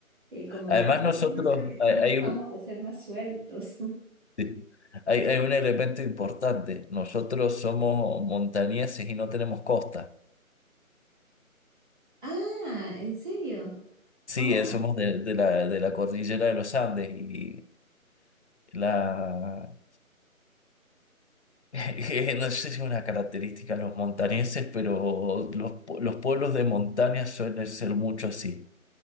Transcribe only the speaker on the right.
eh, como
argentinos
creo que tienen
fama
de ser más sueltos. <laughs>
Ah, ¿en serio?
Oh,